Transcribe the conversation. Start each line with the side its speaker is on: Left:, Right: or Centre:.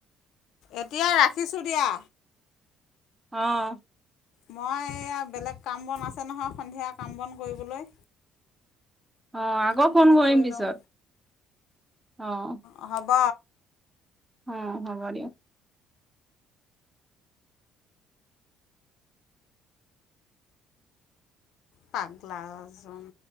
Left: এতিয়া ৰাখিছোঁ দিয়া
Right: আঁহ।
Left: মই এয়া বেলেগ কাম বন আছে নহয় সন্ধিয়া কাম বন কৰিবলৈ?
Right: আঁহ আকৌ
Left: কামখিনি
Right: ফোন কৰিম
Left: কৰি
Right: পিছত,
Left: লওঁ
Right: আঁহ।
Left: অঁ হ'ব
Right: অঁ, হ'ব দিয়ক।
Left: পাগলা জন।